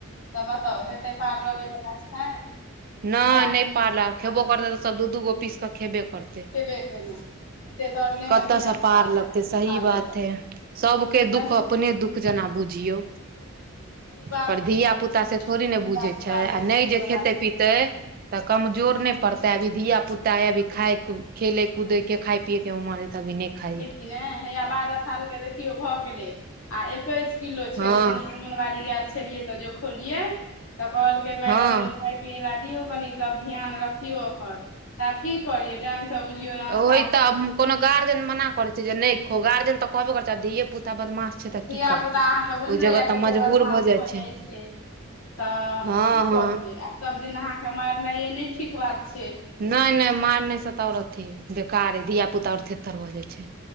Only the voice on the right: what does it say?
नय
नय पार लाग
खेबो
करते
तऽ सब दू दूगो पीस कऽ खेबे करतै
कत
से पार
लगतै
सही
बात
है सबके दुःख
अपने दुःख जेना बुझियौ
पर
धिया
पुता से थोड़ी ने बुझै छै आ
नहि जे खेते
पीते तऽ कमजोर नै पड़तै अभी धिया पुता अइ अभी खाय खेले कूदे के खाइ पियके उमर है तऽ अभी नै खाइ है
हँ
हँ
ओहि तऽ कोनो गार्जियन मना करे छै जे नहि खो गार्जियन तऽ कहबे करै छै आब धिये पुता बदमाश छै तऽ
की करतै
ओहि जगह
तऽ मजबूर
जाइ
हँ
हँ
नहि नहि मार नहि सता आओर अथि बेकारे धिया पुता अर थेथर भऽ जाइ छै